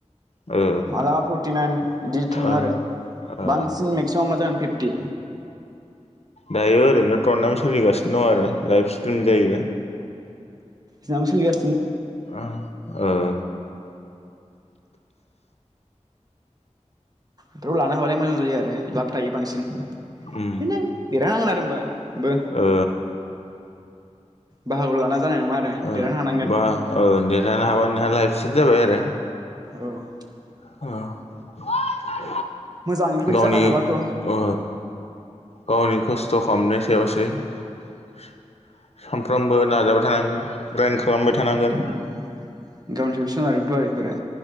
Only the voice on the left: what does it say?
ओ
ओ
ओ
दायो ओरैनो टरनामेन्ट सोलिगासिनो दं आरो लाइभ स्ट्रिम जायो।
ओ ओ
उम
ओ
ओ
बा ओ देरहानो हाबा नोंहा लाइफ सेब जाबाय आरो
ओ
गावनि
ओ गावनि खस्थ' खामनाय सायावसो सो-सामफ्रामबो नाजाबा थानांगोन।
ग्राइन्ड खालामबाय थानांगोन